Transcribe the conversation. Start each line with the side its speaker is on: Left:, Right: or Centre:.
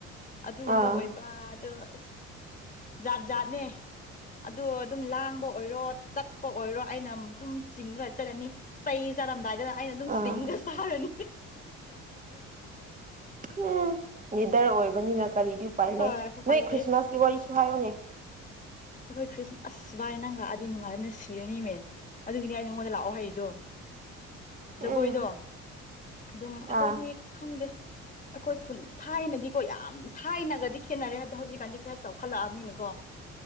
Left: ꯑꯗꯨꯒꯨꯝꯕ
Right: ꯑꯥ
Left: ꯑꯣꯏꯕ ꯑꯗꯣ ꯑ ꯖꯥꯠ ꯖꯥꯠꯅꯦ ꯑꯗ ꯑꯗꯨꯝ ꯂꯥꯡꯕ ꯑꯣꯏꯔꯣ ꯆꯠꯄ ꯑꯣꯏꯔꯣ ꯑꯩꯅ ꯑꯃ ꯑꯗꯨꯝ ꯆꯤꯡꯉ ꯆꯠꯂꯅꯤ ꯆꯩ ꯆꯥꯔꯝꯗꯥꯏꯗ ꯑꯩꯅ ꯑꯗꯨꯝ
Right: ꯑꯥ
Left: ꯁꯤꯡꯒ ꯁꯥꯔꯅꯤ
Right: ꯎꯝ ꯅꯤꯗꯔ ꯑꯣꯏꯕꯅꯤꯅ ꯀꯔꯤꯗꯤ ꯎꯄꯥꯏ
Left: ꯍꯣꯏ
Right: ꯂꯩ
Left: ꯎꯄꯥꯏ
Right: ꯅꯣꯏ ꯈ꯭ꯔꯤꯁꯃꯥꯁꯀꯤ
Left: ꯂꯩ
Right: ꯋꯥꯔꯤꯁꯨ ꯍꯥꯏꯌꯨꯅꯦ
Left: ꯑꯩꯈꯣꯏ ꯈ꯭ꯔꯤꯁ ꯑꯁ ꯚꯥꯏ ꯅꯪ ꯂꯥꯛꯑꯗꯤ ꯅꯨꯡꯉꯥꯏꯗꯨꯅ ꯁꯤꯔꯅꯤꯃꯦ ꯑꯗꯨꯒꯤꯅꯦ ꯑꯩꯅ ꯑꯩꯉꯣꯟꯗ ꯂꯥꯛꯑꯣ ꯍꯩꯗꯣ ꯖꯒꯣꯏꯗꯣ
Right: ꯎꯝ
Left: ꯑꯗꯨꯝ ꯑꯩꯈꯣꯏꯗꯤ
Right: ꯑꯥ
Left: ꯈꯪꯗꯦ ꯑꯩꯈꯣꯏ ꯈꯨꯟ ꯊꯥꯏꯅꯗꯤ ꯀꯣ ꯌꯥꯝ ꯊꯥꯏꯅꯒꯗꯤ ꯈꯦꯠꯅꯔꯦ ꯍꯥꯏꯕꯗꯤ ꯍꯧꯖꯤꯛꯀꯥꯟꯗꯤ ꯈꯔ ꯆꯥꯎꯈꯠꯂꯛꯑꯕꯅꯤꯅꯀꯣ